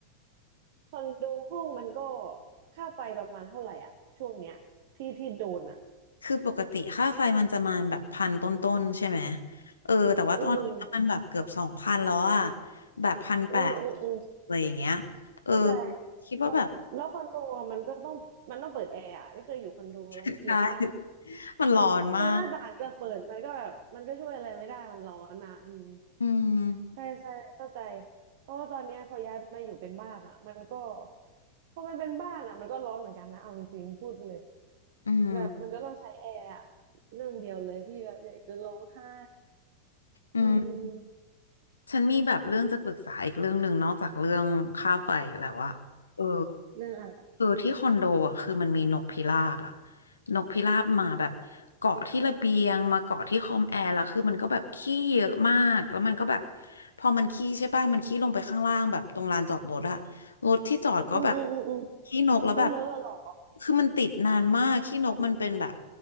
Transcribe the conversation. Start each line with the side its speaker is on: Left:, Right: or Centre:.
Right: คอนโดห้องมันก็ค่าไฟประมาณเท่าไหร่อ่ะช่วงเนี้ยที่ที่โดนอ่ะ
Left: คือปกติค่าไฟมันจะมาแบบพันต้นๆใช่ไหมเออแต่ว่าตอนนี้มันแบบเกือบสองพันแล้วอะ
Right: อืม
Left: แบบพันแปด
Right: อืมอืมอืม
Left: อะไรอย่างเงี้ยเออ
Right: เข้าใจ
Left: คิดว่าแบบ
Right: เอ่อแล้วคอนโดอะมันก็ต้องมันต้องเปิดแอร์อ่ะนี่เคยอยู่คอนโดแล้วเกลียดมาก
Left: <laughs> ใช่ <laughs> มันร้อนมาก
Right: คือหน้าต่างจะเปิดมันก็แบบมันก็ช่วยอะไรไม่ได้มันร้อนอ่ะอืม
Left: อืม
Right: ใช่ใช่เข้าใจเพราะว่าตอนเนี้ยพอย้ายมาอยู่เป็นบ้านอ่ะมันก็พอมันเป็นบ้านอ่ะมันก็ร้อนเหมือนกันนะเอาจริงๆพูดเลย
Left: อืม
Right: แบบมันก็ต้องใช้แอร์อะเรื่องเดียวเลยที่แบบอยากจะร้องไห้
Left: อืม
Right: อืม
Left: ฉันมีแบบเรื่องจะปรึกษาอีกเรื่องหนึ่งนอกจากเรื่องค่าไฟแล้วอะเออ
Right: เรื่องอะไร
Left: เออที่คอนโดอะคือมันมีนกพิราบอะนกพิราบมาแบบเกาะที่ระเบียงมาเกาะที่คอมแอร์แล้วคือมันก็แบบขี้เยอะมากแล้วมันก็แบบพอมันขี้ใช่ป่ะมันขี้ลงไปข้างล่างแบบตรงลานจอดรถอะรถที่จอดก็แบบ
Right: อืมอืมอืมอืม
Left: ขี้นกแล้วแบบ
Right: ก็เลอะเหรอ
Left: คือมันติดนานมากขี้นกมันเป็นแบบ